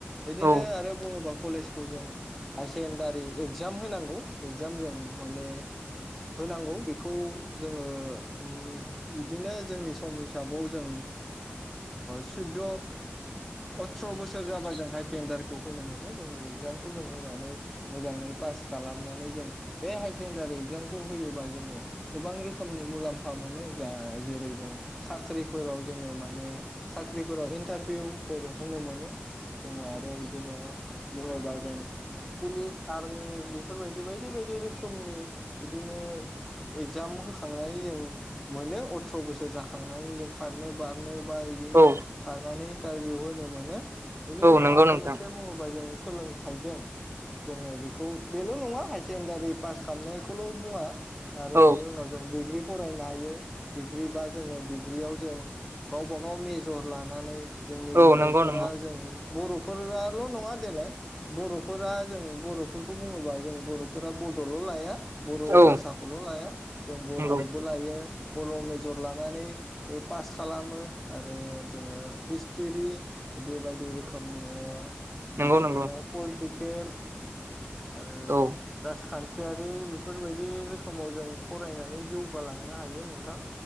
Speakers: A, in the centre; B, on the right.
A: बिदिनो
B: औ
A: आरो बुङोबा कलेजखौ जों हाय सेकेणडारि एक इगजाम होनांगौ इगजाम जों माने होनांगौ बेखौ जोङो ओम बिदिनो जोंनि सम हिसाबाव जों सुद्द' अथ्र' बोसोर जाबा जों हायार सेकेण्डारिखौ होनो मोनो जोंनि इगजामखौ जों होनानै मोजाङै पास खालामनानै जों बे हायार सेकेणडारि एक्जाम खौ होयोबा जोङो गोबां रोखोमनि मुलाम्फा मोनो जा जेरै जों साख्रिफोराव जोङो माने साख्रिफोराव इन्टारभिउफोर होनो मोनो। जोङो आरो इदि नो <unintelligible> पुलिस आर्मि बे बेफोरबायदि बायदि बायदि रोखोमनि बिदिनो एगजाम होखांनानै जों मोनो अथ्र' बोसोर जाखांनानै जों खारनो बार <unintelligible> बायदिनो
B: औ
A: खारनानै इन्टारभिउ होनो मोन नो बेनि
B: औ
A: उनाव
B: नंगौ
A: आरो
B: नोंथां
A: मोनसे बुङोबा जों सोलोंथाइजों जोङो बेखौ बेल' नङा हाय सेकेण्डारि पास खालामनाय खौ खौल' बुङा। आरो
B: औ
A: इनि उनाव जों डिग्री फरायनो हायो। डिग्रि बा जोङो दिग ग्रियाव जों गावबा गाव मेजर लानानै जोंनि
B: औ
A: बर'फोरा
B: नंगौ नंगौ
A: जों बर'फोराल' नङा देलाय बर'फोरा जों बर' फोरखौ बुङोबा जों बर'फोरा बड'ल' लाया बर'
B: औ
A: भासाखौल' लाया जों बर'बो
B: नंगौ
A: लायो बर' मेजर लानानै ऐ पास खालामो आरो जोङो हिस्टिरि बेबादि रोखोमनि औ बिदिनो
B: नंगौ नंगौ
A: पलटिक गेल आरो
B: औ
A: राजखान्थि थियारिबो बेफोरबायदि रोखोमाव जों फरायनानै जौगालांनो हायो नोंथां।